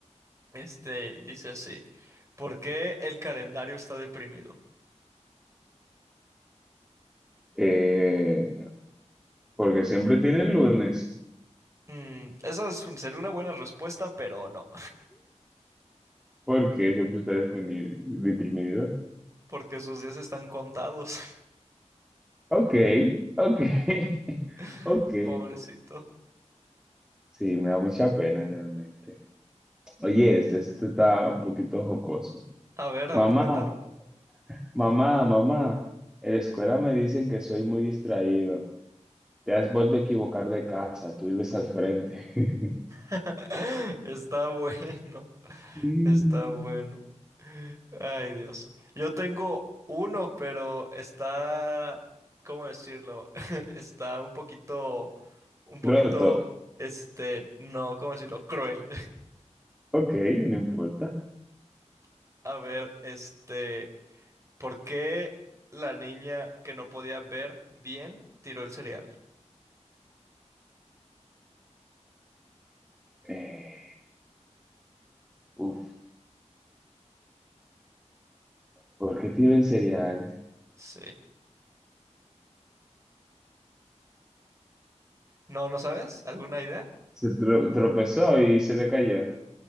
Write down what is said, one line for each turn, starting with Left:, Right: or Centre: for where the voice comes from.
Right: Este dice así, ¿por qué el calendario está deprimido?
Centre: Eh, porque siempre tiene el lunes.
Right: Mm, esa es un- sería una buena respuesta, pero no.
Centre: Porque siempre está deprimir- deprimido.
Right: porque sus días están contados.
Centre: Ok, ok, <laughs>
Right: <laughs>
Centre: ok.
Right: Pobrecito.
Centre: Sí, me da mucha pena realmente. Oye, este, este está un poquito jocoso.
Right: A ver, a
Centre: Mamá,
Right: ver, cuéntalo.
Centre: mamá, mamá. En la escuela me dicen que soy muy distraído. Te has vuelto a equivocar de casa, tú vives al frente. <laughs>
Right: <laughs> Está bueno,
Centre: Mm,
Right: está bueno. Ay, Dios. Yo tengo uno, pero está, ¿cómo decirlo? <laughs> Está un poquito, un poquito,
Centre: Roto.
Right: este, no, ¿cómo decirlo? Cruel.
Centre: Ok, no importa.
Right: <laughs> A ver, este, ¿por qué la niña que no podía ver bien tiró el cereal?
Centre: Eh, uf, ¿por qué tiró el cereal?
Right: Sí. No, ¿no sabes? ¿Alguna idea?
Centre: Se tro- tropezó y se le cayó.